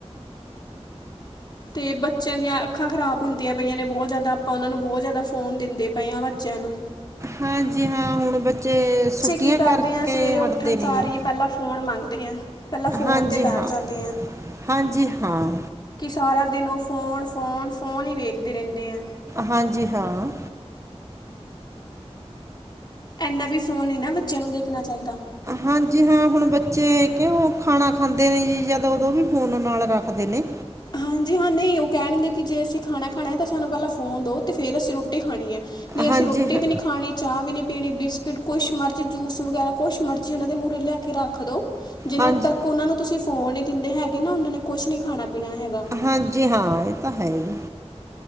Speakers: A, on the left (about 40°); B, on the right (about 25°).
A: ਤੇ ਬੱਚਿਆਂ ਦੀਆਂ ਅੱਖਾਂ ਖ਼ਰਾਬ ਹੁੰਦੀਆਂ ਪਈਆਂ ਨੇ ਬੋਤ ਜਾਦਾ ਆਪਾਂ ਓਨਾਂ ਨੂੰ ਬੋਤ ਜਾਦਾ ਫ਼ੋਨ ਦੇਂਦੇ ਪਏ ਆਂ ਬੱਚਿਆਂ ਨੂੰ।
B: ਹਾਂਜੀ ਹਾਂ, ਹੁਣ ਬੱਚੇ ਸੂਟੀਆਂ
A: ਕੀ ਕਰਦੇ
B: ਕਰਕੇ
A: ਆ ਸਵੇਰੇ ਉੱਠਣ
B: ਹਟਦੇ ਨੀ
A: ਸਾਰ
B: ਜੀ।
A: ਹੀ ਪਹਿਲਾਂ ਫ਼ੋਨ ਮੰਗਦੇ ਐ, ਪਹਿਲਾਂ ਫੋਨ
B: ਹਾਂਜੀ
A: ਤੇ ਬੈਠ
B: ਹਾਂ
A: ਜਾਂਦੇ ਐ।
B: ਹਾਂਜੀ ਹਾਂ।
A: ਕਿ ਸਾਰਾ ਦਿਨ ਓ ਫੋਨ, ਫੋਨ, ਫੋਨ ਈ ਵੇਖਦੇ ਰਹਿੰਦੇ ਐ।
B: ਹਾਂਜੀ ਹਾਂ।
A: ਇੰਹਨਾ ਵੀ ਫ਼ੋਨ ਨਹੀਂ ਨਾ ਬੱਚਿਆਂ ਨੂੰ ਦੇਖਣਾ ਚਾਹੀਦਾ।
B: ਹਾਂਜੀ-ਹਾਂ, ਹੁਣ ਬੱਚੇ ਕਿ ਖਾਣਾ ਖਾਂਦੇ ਨੇ ਜੀ, ਜਦ ਉਦੋਂ ਵੀ ਫੋਨ ਨਾਲ ਰੱਖਦੇ ਨੇ।
A: ਹਾਂਜੀ, ਹਾਂ। ਹਾਂ, ਨਹੀਂ ਉਹ ਕਹਿਣਗੇ ਕਿ ਜੇ ਅਸੀਂ ਖਾਣਾ, ਖਾਣਾ ਤਾਂ ਸਾਨੂੰ ਪਹਿਲਾਂ ਫੋਨ ਦੋ, ਤੇ ਫੇਰ ਅਸੀਂ ਰੋਟੀ ਖਾਣੀ ਹੈ। ਨਹੀਂ ਅਸੀਂ
B: ਹਾਂਜੀ
A: ਰੋਟੀ
B: ਹਾਂ
A: ਵੀ ਨਹੀਂ ਖਾਣੀ, ਚਾਹ ਵੀ ਨਹੀਂ ਪੀਣੀ, ਬਿਸਕੁਟ ਕੁਛ ਮਰਜ਼ੀ ਜੂਸ ਵਗੈਰਾ ਕੁਛ ਮਰਜ਼ੀ ਇਹਨਾਂ ਦੇ ਮੂਹਰੇ ਲਿਆਕੇ ਰੱਖਦੋ, ਜਿਨਾਂ
B: ਹਾਂਜੀ
A: ਤੱਕ ਉਹਨਾਂ ਨੂੰ ਤੁਸੀਂ ਫੋਨ ਹੀ ਦਿੰਦੇ ਹੈਗੇ ਨਾ, ਉਹਨਾਂ ਨੇ ਕੁਛ ਨੀ ਖਾਣਾ-ਪੀਣਾ ਹੈਗਾ।
B: ਹਾਂਜੀ-ਹਾਂ, ਇਹ ਤਾ ਹੈਹੀ।